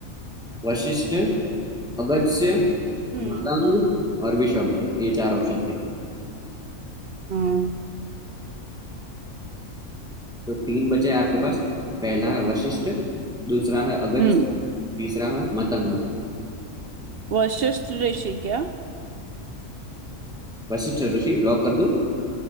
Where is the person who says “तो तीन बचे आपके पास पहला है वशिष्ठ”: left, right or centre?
Centre